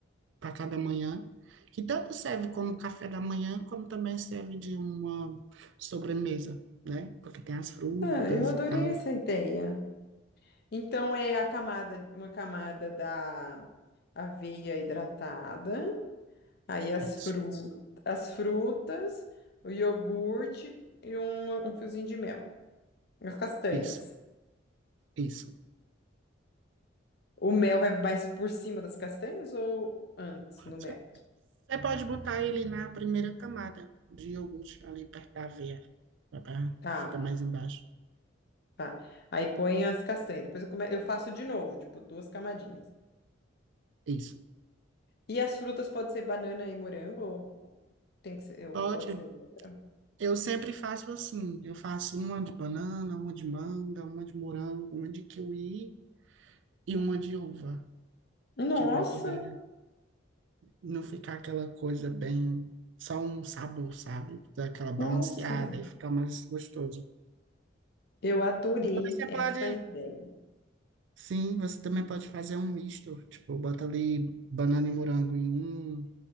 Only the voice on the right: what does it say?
para cada manhã. Que tanto serve como café da manhã, como também serve de uma sobremesa, né? Porque tem as frutas
e tal.
Isso,
isso, isso.
Você você pode botar ele na primeira camada de iogurte, ali perto da aveia, lá pra-
que fica mais embaixo.
Isso.
Pode.
Eu sempre faço assim. Eu faço uma de banana, uma de manga, uma de morango, uma de kiwi e uma de uva,
que é para poder não ficar aquela coisa bem só um sabor, sabe? Dar aquela balanceada
e ficar mais gostoso.
Também você
pode,
sim, você também pode fazer um misto, tipo, bota ali banana e morango em um